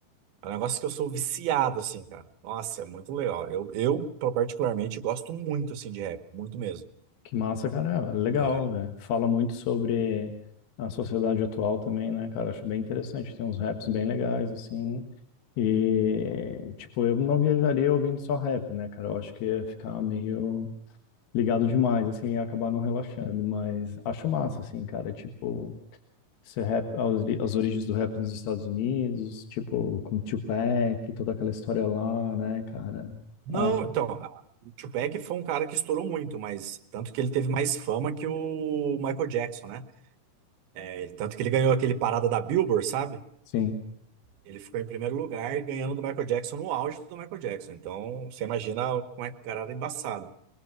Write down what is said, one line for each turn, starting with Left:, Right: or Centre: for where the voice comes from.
Right: É um negócio que eu sou viciado, assim, cara. Nossa, é muito legal. Eu, eu particularmente, gosto muito, assim, de rap, muito mesmo.
Left: Que massa, cara, é legal,
Right: É.
Left: né? Fala muito sobre a sociedade atual também, né, cara? Acho bem interessante, tem uns raps bem legais assim. E, tipo, eu não viajaria ouvindo só rap, né, cara? Eu acho que ia ficar meio ligado demais, assim, e acabar não relaxando. Mas acho massa, assim, cara. Tipo, esse rap, as ori- as origens do rap nos Estados Unidos, tipo, com Tupac, toda aquela história lá, né, cara?
Right: Não,
Left: Ah,
Right: então, a- o Tupac foi um cara que estourou muito, mas tanto que ele teve mais fama que o Michael Jackson, né? É, tanto que ele ganhou aquele parada da Billboard, sabe?
Left: sim.
Right: Ele ficou em primeiro lugar, ganhando do Michael Jackson no auge do Michael Jackson. Então, você imagina como é que o cara era embaçado.